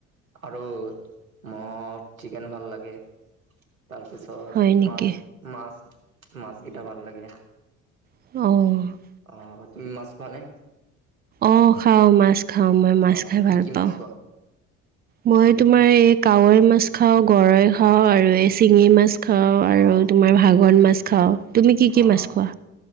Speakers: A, on the right (about 85°); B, on the right (about 25°).
A: আৰু ম চিকেন ভাল লাগে তাৰপিছত
B: হয় নেকি?
A: মাছ মাছ মাছকেইটা ভাল লাগে
B: অঁ
A: অ তুমি মাছ খোৱা নে
B: অ খাওঁ মাছ খাওঁ মই মাছ
A: অ',
B: খাই
A: কি
B: ভাল
A: কি
B: পাওঁ
A: মাছ খোৱা?
B: মই তোমাৰ এই কাৱৈ মাছ খাও গৰৈ খাও
A: অ',
B: আৰু এই চিঙি মাছ খাওঁ আৰু
A: অ',
B: তোমাৰ ভাগন মাছ খাওঁ তুমি কি কি
A: অ
B: মাছ খোৱা?